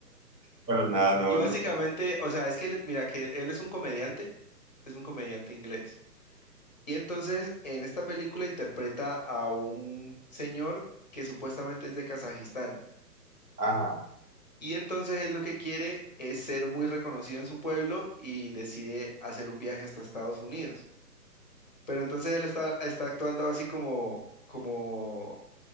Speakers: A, on the right (about 80°); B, on the left (about 30°).
A: pero nada, no,
B: Y básicamente,
A: no.
B: o sea, es que, él- mira, que él es un comediante, es un comediante inglés. Y entonces, en esta película interpreta a un señor que supuestamente es de Kazajistán.
A: Ajá,
B: Y entonces él lo que quiere es ser muy reconocido en su pueblo y decide hacer un viaje hasta Estados Unidos. Pero entonces él está, está actuando así como, como